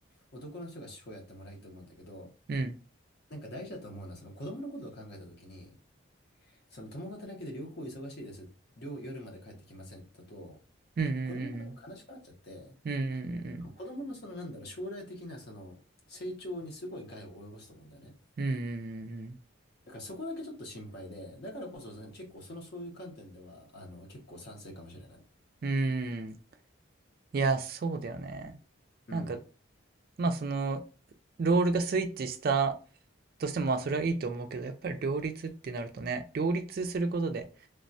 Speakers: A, on the left; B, on the right.
A: 男の人が手法やってもらいいと思うんだけど、
B: うん
A: なんか大事だと思うのは、その子供のことを考えたときに、その共働きで両方忙しいです。両、夜まで帰ってきませんだと、
B: うんう
A: 子供が多分悲しくなっちゃって、
B: んうんうんうん
A: 子供のそのなんだろう、将来的なその成長にすごい害を及ぼすと思うんだよね。
B: うんうんうんうん
A: だからそこだけちょっと心配で、だからこそその結構そのそういう観点では、あの、結構賛成かもしれない。
B: うんいや、そうだよね。
A: うん。
B: なんか、まあその、ロールがスイッチしたとしても、まあそれはいいと思うけど、やっぱり両立ってなるとね、両立することで、